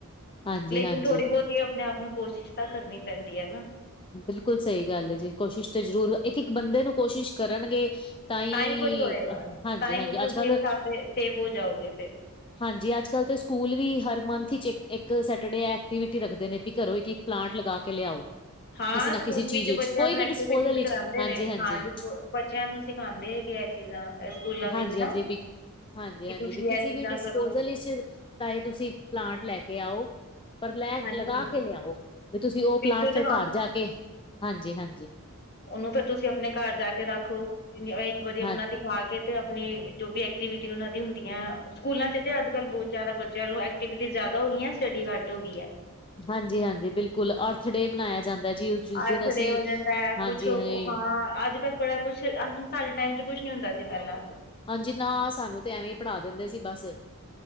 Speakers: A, on the left; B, on the left.
A: ਹਾਂਜੀ-ਹਾਂਜੀ
B: ਲੇਕਿਨ ਥੋੜ੍ਹੀ ਬਹੁਤੀ ਆਪਣੇ ਆਪ ਨੂੰ ਕੋਸ਼ਿਸ਼ ਤਾਂ ਕਰਨੀ ਪੈਂਦੀ ਐ ਨਾ।
A: ਬਿਲਕੁਲ ਸਈ ਗੱਲ ਏ ਜੀ, ਕੋਸ਼ਿਸ਼ ਤੇ ਜ਼ਰੂਰ, ਇੱਕ-ਇੱਕ ਬੰਦੇ ਨੂੰ ਕੋਸ਼ਿਸ਼ ਕਰਨਗੇ ਤਾਂ ਈ,
B: ਹੀ ਕੁਛ ਹੋਏਗਾ
A: ਹਾਂਜੀ-ਹਾਂਜੀ
B: ਤਾਂ ਹੀ ਤੁਸੀਂ
A: ਅੱਜ-ਕੱਲ।
B: ਸੇਫ ਹੋ ਜਾਓਗੇ ਫਿਰ
A: ਹਾਂਜੀ ਅੱਜ ਕੱਲ ਤੇ ਸਕੂਲ ਵੀ ਹਰ ਮੰਥ ਇਚ ਇੱਕ ਸੈਟਰਡੇ ਐਕਟੀਵਿਟੀ ਰੱਖਦੇ ਨੇ ਵੀ ਘਰੋਂ ਇਕ-ਇਕ। ਪਲਾਂਟ ਲਗਾ ਕੇ ਲਿਆਓ।
B: ਹਾਂ
A: ਕਿਸੇ ਨਾ
B: ਸਕੂਲ
A: ਕਿਸੇ
B: ਵਿੱਚ
A: ਚੀਜ਼
B: ਬੱਚਿਆਂ
A: ਕੋਈ
B: ਨੂੰ
A: ਵੀ
B: ਐਕਟੀਵਿਟੀਜ਼
A: ਡਿਸਪੋਜਲ ਵਿੱਚ
B: ਕਰਾਉਂਦੇ
A: ਹਾਂਜੀ-ਹਾਂਜੀ,
B: ਨੇ ਹਾਰਡ। ਬੁ ਬੱਚਿਆਂ ਨੂੰ ਸਿਖਾਂਦੇ ਹੈਗੇ ਇਹ ਚੀਜ਼ਾਂ। ਸਕੂਲਾਂ
A: ਹਾਂਜੀ-ਹਾਂਜੀ
B: ਵਿੱਚ ਨਾ
A: ਵੀ ਹਾਂਜੀ-ਹਾਂਜੀ
B: ਕਿ ਤੁਸੀਂ
A: ਵੀ ਕਿਸੇ
B: ਇਹ ਚੀਜ਼ਾਂ
A: ਵੀ ਡਿਸਪੋਜਲ
B: ਕਰੋ
A: ਇੱਚ। ਤਾਂ ਇਹ ਤੁਸੀਂ ਪਲਾਂਟ ਲੈ ਕੇ ਆਓ। ਪਰ ਲੈ,
B: ਹਾਂਜੀ
A: ਲਗਾ ਕੇ ਲਿਆਓ, ਵੀ ਤੁਸੀਂ ਉਹ ਪਲਾਂਟ
B: ਬਿਲਕੁਲ
A: ਫਿਰ ਘਰ ਜਾ ਕੇ, ਹਾਂਜੀ-ਹਾਂਜੀ।
B: ਓਨੂੰ ਫੇਰ ਤੁਸੀਂ ਆਪਨੇ ਘਰ ਜਾ ਕੇ ਰੱਖੋ ਇੱਕ ਵਾਰੀ ਆਪਨਾ।
A: ਹਾਂਜੀ
B: ਖੁਆ ਕੇ ਤੇ ਆਪਨੀ ਜੋ ਵੀ ਐਕਟੀਵਿਟੀ ਉਨਾਂ ਦੀ ਹੁੰਦੀਆਂ ਅ ਸਕੂਲਾਂ ਚ ਤੇ ਅੱਜ ਕੱਲ ਬੋਤ ਜ਼ਾਦਾ ਬੱਚਿਆਂ ਨੂੰ ਐਕਟੀਵਿਟੀ ਜ਼ਾਦਾ ਹੋ ਗਈਆਂ ਸਟੱਡੀ ਘੱਟ ਹੋ ਗਈ ਐ।
A: ਹਾਂਜੀ-ਹਾਂਜੀ ਬਿਲਕੁਲ ਅਰਥ ਡੇ ਮਨਾਇਆ ਜਾਂਦਾ ਜੀ, ਜੁ ਜਿਸ ਦਿਨ
B: ਅਰਥ
A: ਅਸੀਂ,
B: ਡੇ ਹੋ ਜਾਂਦਾ ਹੈ
A: ਹਾਂਜੀ
B: ਕੁਛ
A: ਹੇਏ।
B: ਹਾਂ ਅੱਜ ਕੱਲ ਬੜਾ ਕੁੱਛ ਆ ਹੁੰ ਸਾਡੇ ਟਾਈਮ ਚ ਕੁਛ ਨੀ ਹੁੰਦਾ ਸੀ ਪਹਿਲਾਂ।
A: ਹਾਂਜੀ, ਨਾ ਸਾਨੂੰ ਤੇ ਐਵੇਂ ਈ ਪੜ੍ਹਾ ਦਿੰਦੇ ਸੀ ਬਸ।